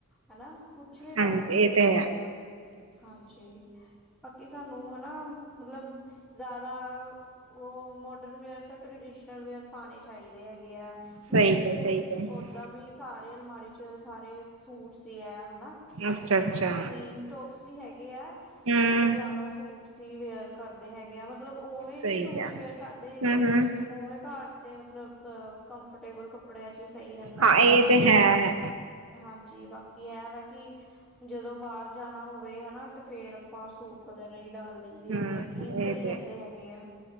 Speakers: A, in the centre; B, on the right.
A: ਹਨਾ, ਕੁਛ ਵੀ ਡਾਲ
B: ਹਾਂਜੀ
A: ਸਕਦੇ
B: ਇਹ ਤੇ
A: ਹੈਗੇ
B: ਹੈ
A: ਆ, ਹਾਂਜੀ। ਬਾਕੀ, ਸਾਨੂੰ ਹਨਾ ਮਤਲਬ ਜ਼ਿਆਦਾ ਉਹ, ਮੋਡਰਨ ਵੇਅਰ ਤੋਂ ਟ੍ਰਡੀਸ਼ਨਲ ਵੇਅਰ ਪਾਣੇ ਚਾਹੀਦੇ ਹੈਗੇ ਆ।
B: ਸਹੀ
A: ਮੇਰੇ ਤੇ,
B: ਕਿਹਾ ਸਹੀ ਕਿਹਾ
A: ਓਦਾਂ ਵੀ ਸਾਰੇ ਅਲਮਾਰੀ 'ਚ ਸਾਰੇ ਸੂਟਸ ਯਾ, ਹਨਾ।
B: ਅੱਛਾ-ਅੱਛਾ।
A: ਜੀਨ ਟੋਪਸ ਵੀ ਹੈਗੇ ਆ।
B: ਹਮ
A: ਬਟ ਜ਼ਿਆਦਾ ਸੂਟਸ ਈ ਵੇਅਰ ਕਰਦੇ ਹੈਗੇ ਆਂ, ਮਤਲਬ ਓਵੇਂ ਨੀ
B: ਸਹੀ
A: ਸੂਟਸ
B: ਕਿਹਾ
A: ਵੇਅਰ ਕਰਦੇ ਹੈਗੇ।
B: ਹਮ ਹਮ
A: ਓਵੇਂ ਘਰ ਤੇ ਮਤਲਬ, ਕੰਫਰਟੇਬਲ ਕੱਪੜਿਆਂ 'ਚ ਈ ਸਹੀ ਰਹਿੰਦਾ
B: ਹਾਂ
A: ਹੈਗਾ
B: ਇਹ
A: ਵਾ,
B: ਤੇ
A: ਬਾਕੀ
B: ਹੈ
A: ਹਾਂਜੀ, ਬਾਕੀ ਐ ਵਾ ਕਿ ਜਦੋਂ ਬਾਹਰ ਜਾਣਾ ਹੋਵੇ, ਹਨਾ ਤੇ ਫੇਰ ਆਪਾਂ ਸੂਟ ਵਗੈਰਾ ਈ ਡਾਲ ਲਈਦੇ
B: ਹਮ
A: ਹੈਗੇ ਆ, ਕਿ
B: ਇਹ
A: ਸਹੀ
B: ਤੇ
A: ਰਹਿੰਦੇ ਹੈਗੇ ਆ।